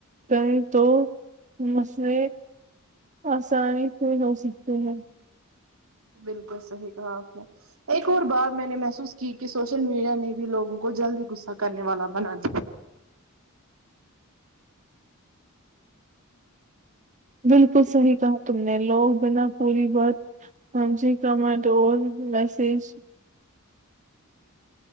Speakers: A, on the right; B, on the right.
A: کہیں تو مسلے آسانی سے ہو سکتے ہیں
B: بالکل صحیح کہا آپ نے ایک اور بات میں نے محسوس کی کہ سوشل میڈیا نے بھی لوگوں کو جلدی غصہ کرنے والا بنا دیا
A: بالکل صحیح کہا تم نے لوگ بنا پوری بات ہاں جی کمنٹ اور میسج